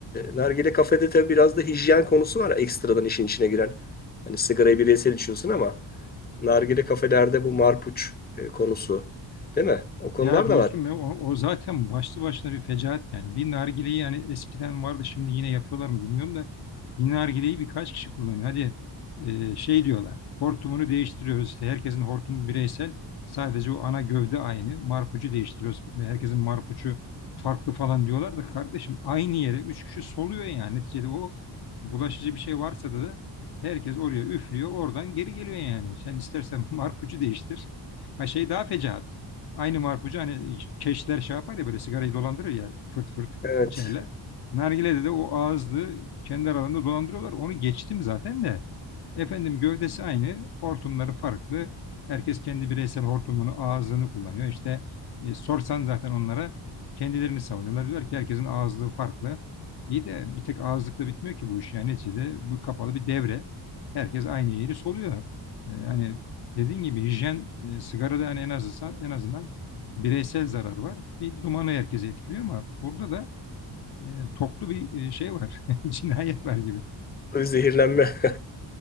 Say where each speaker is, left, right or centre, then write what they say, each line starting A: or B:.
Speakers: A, on the left; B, on the left.
A: nargile kafede tabii biraz da hijyen konusu var ekstradan işin içine giren. Hani sigarayı bireysel içiyorsun ama nargile kafelerde bu marpuç e, konusu değil mi? O konular
B: Ya dostum
A: da var.
B: ya o, o zaten başlı başına bir fecaat yani. Bir nargileyi yani eskiden vardı şimdi yine yapıyorlar mı bilmiyorum da bir nargileyi birkaç kişi kullanıyor. Hadi e, şey diyorlar hortumunu değiştiriyoruz işte herkesin hortumu bireysel sadece o ana gövde aynı marpucu değiştiriyoruz ve herkesin marpucu farklı falan diyorlar da kardeşim aynı yere üç kişi soluyor yani neticede o bulaşıcı bir şey varsa da da herkes oraya üflüyor oradan geri geliyor yani. Sen istersen <laughs> marpucu değiştir. Ha şey daha fecaat. Aynı marpucu hani keşler şey yapar ya böyle sigarayı dolandırır ya fırt fırt
A: Evet.
B: içerler. Nargile'de de o ağızlı kendi aralarında dolandırıyorlar. Onu geçtim zaten de. Efendim gövdesi aynı, hortumları farklı. Herkes kendi bireysel hortumunu, ağzını kullanıyor. İşte e, sorsan zaten onlara kendilerini savunuyorlar. Diyorlar ki herkesin ağızlığı farklı. İyi de bir tek ağızlıkla bitmiyor ki bu iş. Yani neticede bu kapalı bir devre. Herkes aynı yeri soluyor. E, hani dediğin gibi hijyen, e, sigarada hani en azından, en azından bireysel zarar var. Bir dumanı herkesi etkiliyor ama burada da e, toplu bir e, şey var. <laughs> Cinayet var gibi.
A: Zehirlenme. <laughs>